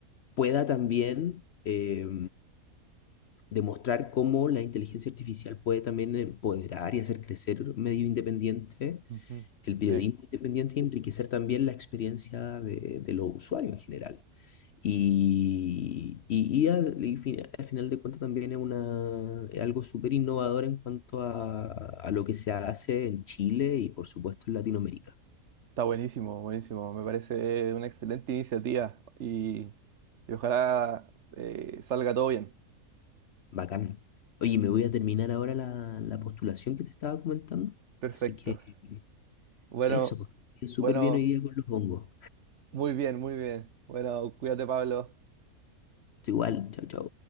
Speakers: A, on the left; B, on the right.
A: pueda también eh, demostrar cómo la inteligencia artificial puede también empoderar y hacer crecer un medio independiente,
B: ujú.
A: el periodismo
B: Sí,
A: independiente y enriquecer también la experiencia de, de los usuarios en general. Y, y, y al, y fi- al final de cuentas también es, una, es algo súper innovador en cuanto a, a lo que se hace en Chile y por supuesto en Latinoamérica.
B: está buenísimo, buenísimo. Me parece una excelente iniciativa y, y ojalá eh, salga todo bien.
A: Bacán. Oye, me voy a terminar ahora la, la postulación que te estaba comentando.
B: Perfecto.
A: Así que eh,
B: Bueno,
A: eso, pues, que estés súper
B: bueno,
A: bien hoy día con los hongos.
B: muy bien, muy bien. Bueno, cuídate, Pablo.
A: Tú igual, chao, chao.